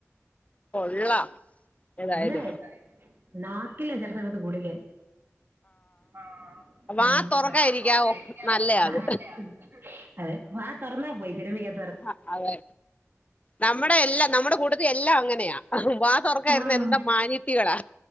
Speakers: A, on the left (about 25°); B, on the right (about 45°).
A: കൊള്ളാം ഏതായാലും
B: ന്നെ നാക്കിലേ ചെല സമയത്ത് ഗുളികെ ആഹ്
A: വാ തുറക്കായിരിക്കാവോ
B: വാ തൊറക്കായിരിക്കവോ
A: നല്ലയാ അത്
B: നല്ലയാ അതെ വാ തൊറന്നാ പോയി ശരിമിക്ക
A: ആഹ് അതെ നമ്മടെ യെല്ലാം നമ്മടെ കൂട്ടത്തി യെല്ലാം അങ്ങ നെയാ വാ തൊറക്കായിര്ന്ന
B: ആ
A: എന്താ മാന്യത്തികളാ